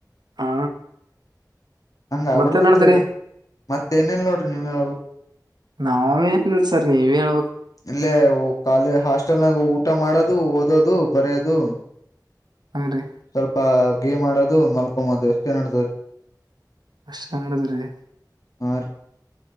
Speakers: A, on the right; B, on the left.
A: ಹಾ
B: ಹಂಗ ಆ
A: ಮತ್ತ
B: ಬಿಡ್ದಿತ್ರಿ
A: ನಡದ್ರಿ
B: ಅದು ಮತ್ತ ಏನೇಲ್ ನೋಡ್ರಿ ನೀವ್ ಹೇಳ್ಬೇಕು
A: ನಾವೇ ಸರ್ ನೀವ ಹೇಳ
B: ಇಲ್ಲೇ ಕಾಲ ಹಾಸ್ಟೆಲ್ ನಾಗ ಊಟ ಮಾಡೋದು ಓದೋದು ಬರೆಯೋದು
A: ಹಂಗ್ರೆ
B: ಅಪಾ ಗೇಮ್ ಆಡೋದು ಮಲ್ಕೊೋದು ಎಷ್ಟೇನ್ ನಡತದ್ರೀ
A: ಅಷ್ಟ ಮಾಡಿದ್ರಿ
B: ಆ